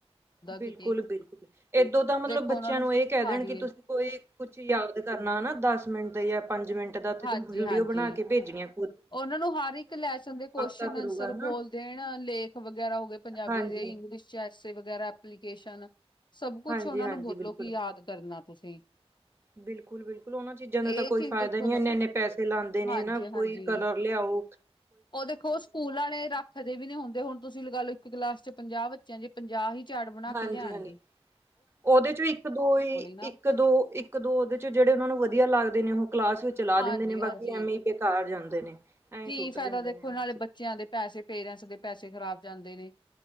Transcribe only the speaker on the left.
ਕਿਤੇ
ਦੇਖੋ
ਉਹਨਾਂ
ਹਾਂਜੀ
ਹਾਂਜੀ
ਹਾਂਜੀ
ਉਹਨਾਂ ਨੂੰ ਹਰ ਇੱਕ ਲੈਸਨ ਦੇ ਕੁਸ਼ਚਨ
ਆਂਸਰ
ਬੋਲਦੇਣ ਲੇਖ ਵਗੈਰਾ ਹੋ ਗਏ। ਪੰਜਾਬੀ
ਦੇ ਇੰਗਲਿਸ਼ ਚ ਐੇ ਵਗੈਰਾ ਐਪਲੀਕੇਸ਼ਨ, ਸਭ ਕੁਛ
ਉਹਨਾ
ਨੂੰ ਬੋਲੋ
ਕਿ ਯਾਦ ਕਰਨਾ ਤੁਸੀਂ,
ਇਹ
ਚੀਜ਼
ਦੇਖੋ
ਹਾਂਜੀ
ਹਾਂਜੀ
ਉਹ ਦੇਖੋ ਸਕੂਲ ਵਾਲੇ ਰੱਖਦੇ ਵੀ ਨੀ ਹੁੰਦੇ ਹੁਣ ਤੁਸੀਂ ਲਗਾ ਲਓ ਇੱਕ ਕਲਾਸ ਚ ਪੰਜਾਬ ਚ ਜੇ ਪੰਜਾਹ ਹੀ ਚਾਟ ਬਣਾ
ਕੇ ਲਿਆਉਣਗੇ।
ਨਾ
ਹਾਂਜੀ
ਹਾਂਜੀ
ਕੀ
ਫਾਇਦਾ
ਦੇਖੋ,
ਨਾਲੇ ਬੱਚਿਆਂ ਦੇ ਪੈਸੇ ਪੇਰੈਂਟਸ ਦੇ ਪੈਸੇ ਖ਼ਰਾਬ ਜਾਂਦੇ ਨੇ,